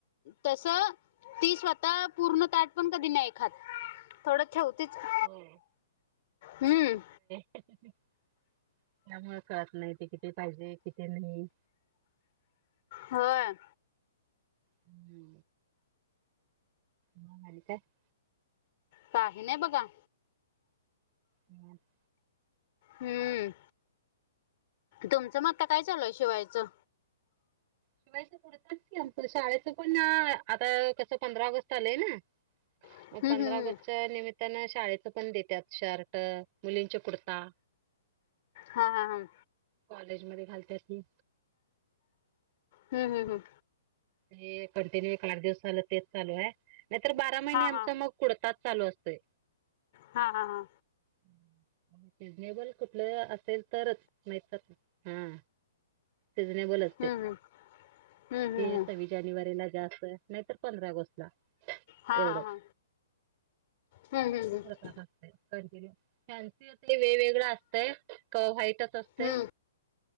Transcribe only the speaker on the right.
होय
त्यांमुळं कळतं नाहीं ते किती पाहिजे किती नाहीं
हम्मं हा मा काय <unintelligible>
हम् <unintelligible>
शिवायचं पुडतं की आमचं शाळेचं पणं आता कसं पंधरा ऑगस्ट आलंय नां
मंग पंधरा
ऑगस्टच्यां निमित्तानं शाळेचं पणं देतांत शर्ट मुलींच्या कुर्ता
कॉलेजमध्येध्ये घालती
हे कंटिन्यू एक आठ दिवस झाल तेच चालू आह,, नाहीतर बारा महिने
आमच
मगऽ कुडताच चालू असतय,,
हम्म, रिजनेबल कुठलं असेल तरच,, नाहितर,, हां,, सिझनेबलचऽ
सव्वीस जानेवारीला जास्त नाहीतर पंधरा ऑगस्टला
एवढंच
ता
असतय. <unintelligible> फॅन्सी वेगवेगळं असतंय का व्हाईटच असतंय?